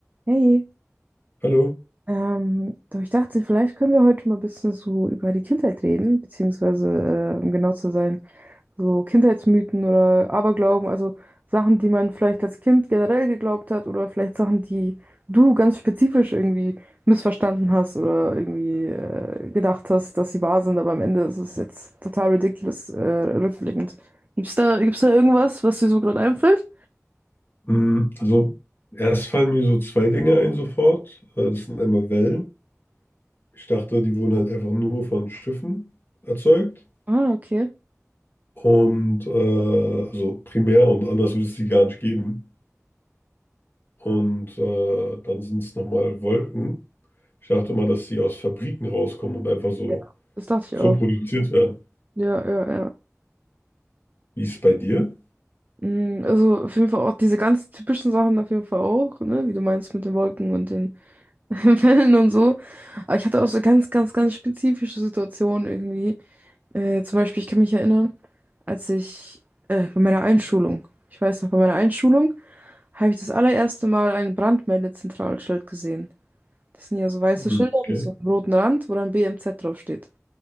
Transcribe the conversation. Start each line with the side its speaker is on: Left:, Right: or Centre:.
Right: Hey,
Left: Hallo.
Right: ähm, du, ich dachte, vielleicht können wir heute mal ein bisschen so über die Kindheit reden, beziehungsweise, äh, um genau zu sein, so Kindheitsmythen oder Aberglauben, also Sachen, die man vielleicht als Kind generell geglaubt hat oder vielleicht Sachen, die du ganz spezifisch irgendwie missverstanden hast oder irgendwie äh, gedacht hast, dass sie wahr sind, aber am Ende ist es jetzt total ridiculous, äh, rückblickend. Gibt's da, gibt's da irgendwas, was dir so gerade einfällt?
Left: Mm, Also, erst fallen mir so zwei Dinge ein sofort. Äh, Das sind einmal Wellen. Ich dachte, die wurden halt einfach nur von Schiffen erzeugt.
Right: Ah, okay.
Left: Und äh, also primär und anders würde es die gar nicht geben. Und äh, dann sind es nochmal Wolken. Ich dachte immer, dass sie aus Fabriken rauskommen und einfach so,
Right: Ja. Das dachte
Left: so
Right: ich auch.
Left: produziert werden.
Right: Ja, ja, ja.
Left: Wie ist es bei dir?
Right: Mm, Also auf jeden Fall auch diese ganz typischen Sachen auf jeden Fall auch, ne? Wie du meinst mit den Wolken und den <laughs> Wellen und so. Aber ich hatte auch so ganz, ganz, ganz spezifische Situationen irgendwie. Äh, zum Beispiel, ich kann mich erinnern, als ich äh, bei meiner Einschulung, ich weiß noch, bei meiner Einschulung habe ich das allererste Mal ein Brandmeldezentralschild gesehen. Das sind ja so weiße
Left: Mhm,
Right: Schilder
Left: Okay.
Right: mit so einem roten Rand, wo dann B M Z draufsteht.